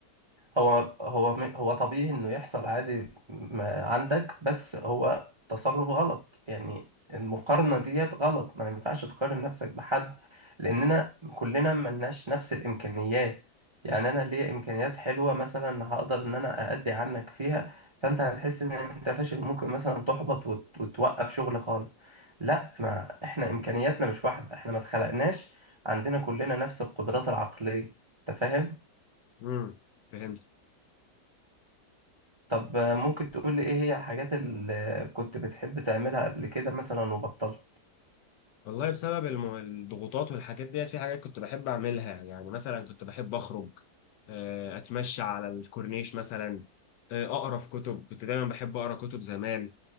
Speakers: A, on the right (about 50°); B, on the left (about 85°).
A: هو هو م- هو طبيعي انه يحصل عادي ما عندك بس هو تصرف غلط يعني المقارنة ديت غلط ما ينفعش تقارن نفسك بحد لاننا كلنا ملناش نفس الامكانيات يعني انا ليا امكانيات حلوه مثلا هقدر ان انا اادي عنك فيها فانت هتحس ان انت فاشل ممكن مثلا تحبط وت- وتوقف شغل خالص لا ما احنا امكانياتنا مش واحده احنا ما اتخلقناش عندنا كلنا نفس القدرات العقليه انت فاهم
B: امم فهمت
A: طب ممكن تقول لي ايه هي الحاجات اللي كنت بتحب تعملها قبل كده مثلا وبطلت
B: والله بسبب الم- الضغوطات والحاجات ديت في حاجات كنت بحب أعملها يعني مثلا كنت بحب أخرج آه، أتمشى على الكورنيش مثلا آه، أقرأ في كتب كنت دايما بحب أقرأ كتب زمان